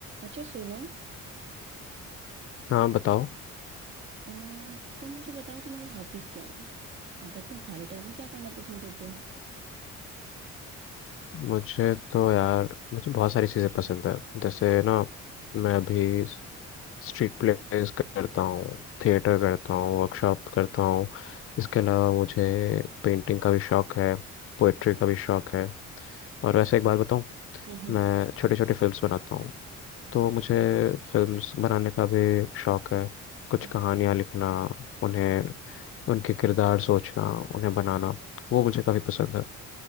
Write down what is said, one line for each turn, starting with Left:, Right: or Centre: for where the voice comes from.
Right: अच्छा सुनो
Left: हाँ बताओ
Right: अ, तुम मुझे बताओ तुम्हारी हॉबीज क्या है मतलब तुम खाली टाइम में क्या करना पसंद करते हो
Left: मुझे तो यार मुझे बहुत सारी चीज़ें पसंद है जैसे ना मैं अभी स्ट्रीट प्लेस करता हूँ थिएटर करता हूँ वर्कशॉप करता हूँ इसके अलावा मुझे पेंटिंग का भी शौक है पोइट्री का भी शौक है और वैसे एक बात बताऊँ
Right: हम्म हम्म।
Left: मैं छोटे छोटे फिल्म्स बनाता हूँ तो मुझे फिल्म्स बनाने का भी शौक है कुछ
Right: अ,
Left: कहानियाँ लिखना उन्हें उनके किरदार सोचना उन्हें बनाना वो मुझे काफ़ी पसंद